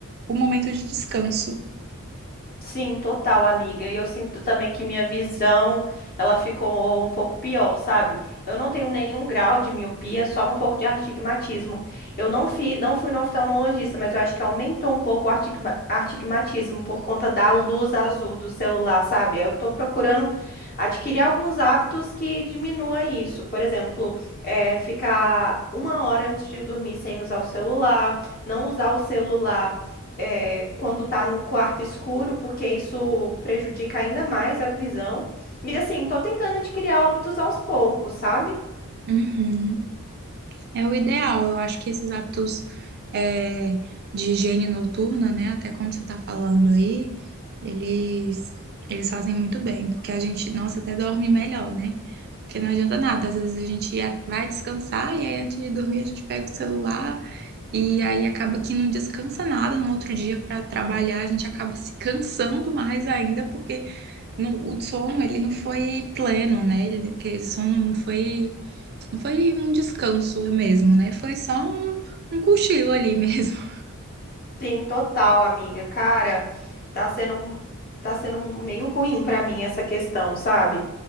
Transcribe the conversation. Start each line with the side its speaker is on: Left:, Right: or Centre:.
Right: o momento de descanso.
Left: Sim, total, amiga. E eu sinto também que minha visão, ela ficou um pouco pior, sabe? Eu não tenho nenhum grau de miopia, só um pouco de astigmatismo. Eu não fi, não fui no oftalmologista, mas eu acho que aumentou um pouco o artigma- astigmatismo por conta da luz azul do celular, sabe? Aí eu tô procurando adquirir alguns hábitos que diminua isso. Por exemplo, é, ficar uma hora antes de dormir sem usar o celular, não usar o celular é, quando tá no quarto escuro, porque isso prejudica ainda mais a visão. E assim, tô tentando adquirir hábitos aos poucos, sabe?
Right: Uhum. É o ideal. Eu acho que esses hábitos é, de higiene noturna, né, até como você está falando aí, eles eles fazem muito bem, porque a gente, nossa, até dorme melhor, né? Porque não adianta nada. Às vezes a gente ia- vai descansar e aí antes de dormir a gente pega o celular e aí acaba que não descansa nada no outro dia para trabalhar. A gente acaba se cansando mais ainda porque no- o sono ele não foi pleno, né? Ele, aquele sono não foi não foi um descanso mesmo, né? Foi só um, um cochilo ali mesmo. <laughs>
Left: Sim, total, amiga. Cara, tá sendo um, tá sendo um meio ruim pra mim essa questão, sabe?